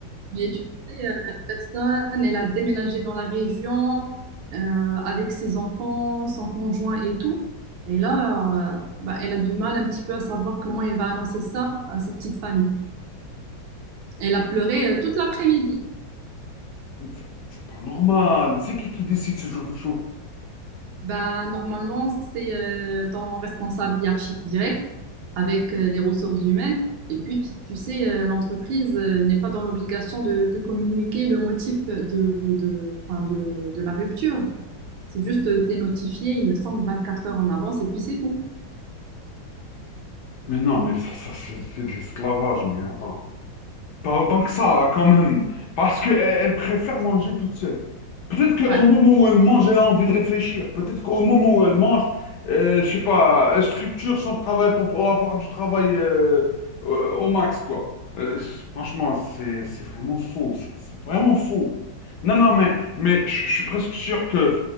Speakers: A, on the right (about 80°); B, on the left (about 65°).
A: Mais tu sais, euh, la personne, elle a déménagé dans la région euh, avec ses enfants, son conjoint et tout. Et là, euh, bah, elle a du mal un petit peu à savoir comment elle va annoncer ça à sa petite famille. Elle a pleuré euh, toute l'après-midi.
B: Mais C'est c'est pas normal. C'est qui qui décide ce genre de choses?
A: Bah, normalement, c'est euh, ton responsable hiérarchique direct avec euh, les ressources humaines. Et puis, tu, tu sais, euh, l'entreprise euh, n'est pas dans l'obligation de te communiquer le motif de, de, enfin, de de la rupture. C'est juste, euh, t'es notifié, il me semble, 24 heures en avance et puis c'est tout.
B: Mais non, mais ça, ça, c'est c'est de l'esclavage, mais attends. Pas autant que ça, quand même. Parce qu'elle elle préfère manger toute seule. Peut-être qu'au
A: Ouais.
B: moment où elle mange, elle a envie de réfléchir. Peut-être qu'au moment où elle mange, euh, je sais pas, elle structure son travail pour pouvoir avoir du travail euh, euh, au max, quoi. Euh, franchement, c'est c'est vraiment faux, ça. C'est vraiment faux. Non, non, mais, mais je je suis presque sûr que